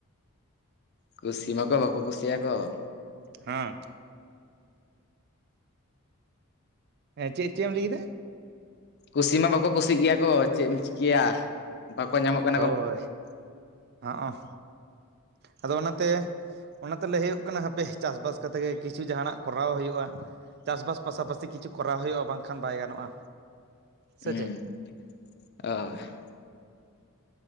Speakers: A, on the left; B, on the right.
A: ᱠᱩᱥᱤ ᱢᱟ ᱠᱚ ᱵᱟᱠᱚ ᱠᱩᱥᱤᱭᱟᱠᱚ ᱾
B: ᱦᱮᱸ, ᱦᱮᱸ ᱪᱮᱫ ᱪᱮᱫ ᱮᱢ ᱞᱟᱹᱭ ᱠᱮᱫᱟ?
A: ᱠᱩᱥᱤ ᱢᱟ ᱵᱟᱠᱚ ᱠᱩᱥᱤᱜ ᱜᱮᱭᱟ ᱠᱚ, ᱪᱮᱫ ᱮᱢ ᱪᱤᱠᱟᱹᱭᱟ᱾ ᱵᱟᱠᱚ ᱧᱟᱢᱚᱜ ᱠᱟ
B: ᱦᱳᱭ, ᱦᱚᱸᱜ-ᱚᱸ᱾ ᱟᱫᱚ ᱚᱱᱟᱛᱮ ᱚᱱᱟ ᱛᱮ ᱞᱟᱹᱭ ᱦᱩᱭᱩᱜ ᱠᱟᱱᱟ ᱦᱟᱯᱮ ᱪᱟᱥᱼᱵᱟᱥ ᱠᱟᱛᱮ ᱜᱮ ᱠᱤᱪᱷᱩ ᱡᱟᱦᱟᱸᱱᱟᱜ ᱠᱚᱨᱟᱣ ᱦᱩᱭᱩᱜᱼᱟ ᱾ ᱪᱟᱥᱼᱵᱟᱥ ᱯᱟᱥᱟᱼᱯᱟᱥᱤ ᱠᱤᱪᱷᱩ ᱠᱚᱨᱟᱣ ᱦᱩᱭᱩᱜᱼᱟ, ᱵᱟᱝᱠᱷᱟᱱ ᱵᱟᱭ ᱜᱟᱱᱚᱜᱼᱟ᱾
A: ᱩᱸᱻ,
B: ᱥᱮ ᱪᱮᱫ
A: <unintelligible>